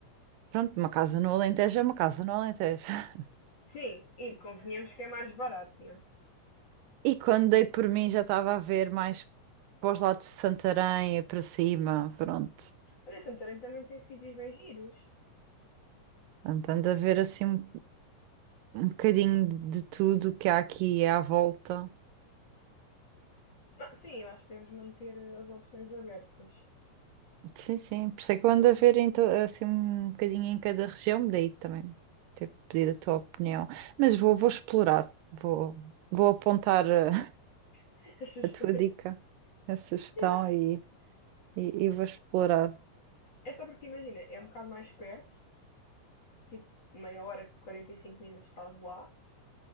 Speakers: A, on the right; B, on the left.
A: pronto, uma casa no Alentejo é uma casa no Alentejo. <laughs>
B: Sim, e convenhamos que é mais barato, né?
A: E quando dei por mim já estava a ver mais para os lados de Santarém e para cima, pronto.
B: Olha, Santarém também tem sítios bem giros.
A: Portanto, ando a ver assim um, um bocadinho de tudo que há aqui à volta.
B: Ah, sim, eu acho que devemos manter as opções abertas.
A: Sim, sim, por isso é que eu ando a ver em to- assim um bocadinho em cada região, daí também ter pedido a tua opinião. Mas vou, vou explorar, vou, vou apontar eh, <laughs>
B: <laughs> As sugestões.
A: a, tua dica, a sugestão
B: Yeah.
A: e, e, e vou explorar.
B: É só porque, imagina, é um bocado mais perto, tipo meia hora, 45 minutos estás lá.